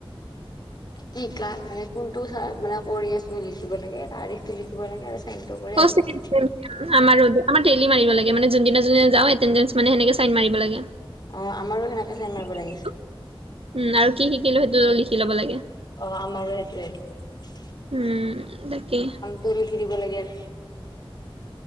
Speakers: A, on the left; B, on the right.
A: টিকা মানে কোনটো চা মানে কৰি আছো লিখিব লাগে তাৰিখ। টো লিখিব লাগে আৰু চাইনটো কৰি আহি
B: সেয়ে
A: যাব লাগে।
B: উম, আমাৰো আমাৰ দেইলি মাৰিব লাগে মানে যোনদিনা -যোনদিনা যাওঁ এতেনডেনচ মানে হেনেকে চাইন মাৰিব লাগে। <inaudible>
A: অ আমাৰো সেনেকে চাইন মাৰিব লাগে।
B: উম, আৰু কি শিকিলো সেইটো লিখি লব লাগে।
A: অ, আমাৰো সেইটোৱে
B: উম, তাকেই।
A: টো লিখি দিব লাগে আৰ।